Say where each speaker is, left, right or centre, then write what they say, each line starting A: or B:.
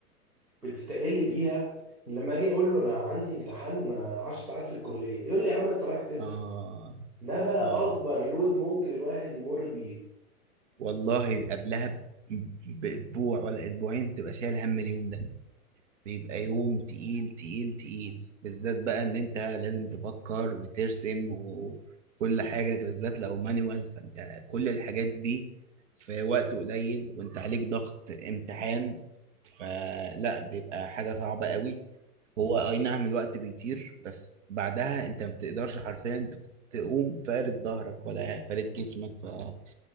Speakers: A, on the right (about 85°); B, on the right (about 50°).
A: بتستقل بيها لما اجي اقول له انا عندي امتحان 10 ساعات في الكلية يقول لي يا عم انت رايح ترسم
B: اه
A: ده بقى
B: اه
A: اكبر لود ممكن الواحد يمر بيه
B: والله قبلها ب- باسبوع ولا اسبوعين تبقى شايل هم اليوم ده بيبقى يوم تقيل تقيل تقيل بالذات بقى ان انت لازم تفكر وترسم وكل حاجة بالذات لو مانوال فانت كل الحاجات دي في وقت قليل وانت عليك ضغط امتحان فلا بيبقى حاجة صعبة قوي هو اي نعم الوقت بيطير بس بعدها انت ما بتقدرش حرفيا تك- تقوم فارد ظهرك ولا فارد جسمك فدي